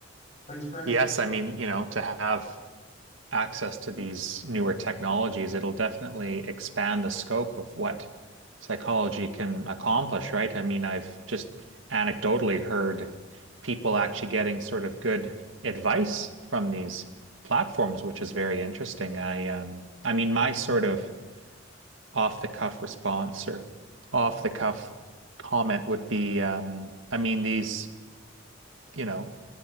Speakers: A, on the left (about 35°); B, on the right (about 80°).
A: thanks for asking.
B: Yes, I mean, you know, to have. access to these newer technologies, it'll definitely expand the scope of what psychology can accomplish, right? I mean, I've just anecdotally heard people actually getting sort of good advice from these platforms, which is very interesting. I um, I mean, my sort of off the cuff response or off the cuff comment would be, um, I mean, these, you know,